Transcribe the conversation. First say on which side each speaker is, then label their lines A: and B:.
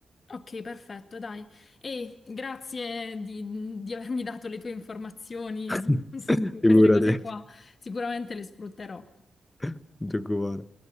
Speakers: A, on the left (about 50°); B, on the left (about 25°).
A: Ok, perfetto, dai. E grazie di, di avermi dato le tue informazioni
B: <laughs>
A: su su queste
B: Figurati,
A: cose qua. Sicuramente le sfrutterò.
B: non ti preoccupare.